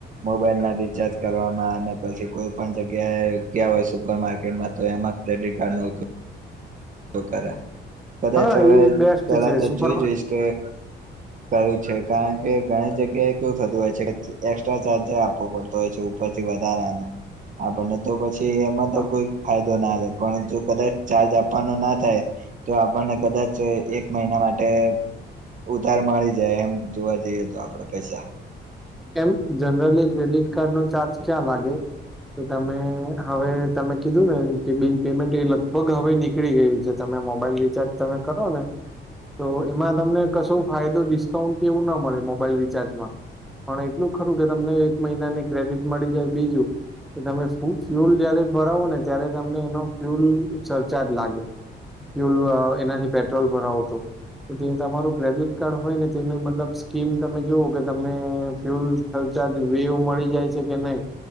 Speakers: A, on the right; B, in the centre.
A: મોબાઈલ ના રિચાર્જ કરવામાં ને પછી કોઈ પણ જગ્યાએ ગયા હોય સુપર માર્કેટમાં તો એમાં ક્રેડિટ કાર્ડ નો ઉ પયોગ કરે કદાચ
B: હા
A: હવે
B: એ બેસ્ટ
A: પહેલા
B: છે
A: તો
B: સુપરમાં
A: જોઈ જોઈશ કે કયું છે કારણ કે ઘણી જગ્યાએ કેવું થતું હોય છે એક્સ્ટ્રા ચાર્જે આપવો પડતો. હોય છે ઉપર થી વધારાનો. આપણને તો પછી એમાં તો
B: હા
A: કોઈ ફાયદો ના રેય પણ જો કદાચ ચાર્જ આપ પવાનું ના થાય આપણને કદાચ એક મહિના માટે ઉધાર મળી જાય એમ જોવા જઈએ તો આપડે પૈસા.
B: એમ જનરલી ક્રેડિટ કાર્ડ નો ચાર્જ ક્યાં લાગે? તો તમે હવે તમે કીધું ને કે બિલ પેમેન્ટ એ લગભગ હવે નીકળી ગયું છે. તમે મોબાઈલ રિચાર્જ તમે કરો ને તો એમાં તમને કશો ફાયદો ડિસ્કાઉન્ટ કે એવું ના મળે મોબાઈલ રિચાર્જમાં. પણ એટલું ખરું કે તમને એક મહિનાની ક્રેડિટ મળી જાય બીજું કે તમે ફુલ ફ્યુલ જયારે ભરાવો ને ત્યારે તમને એનો ફ્યુલ સરચાર્જ લાગે. ફ્યુલ એનાથી પેટ્રોલ ભરાવો તો. તો તે તમારું ક્રેડિટ કાર્ડ હોય ને તેનું મતલબ સ સ્કીમ તમે જોવો કે તમને ફ્યુલ સરચાર્જ વિવ્વુ મળી જાય છે કે નહી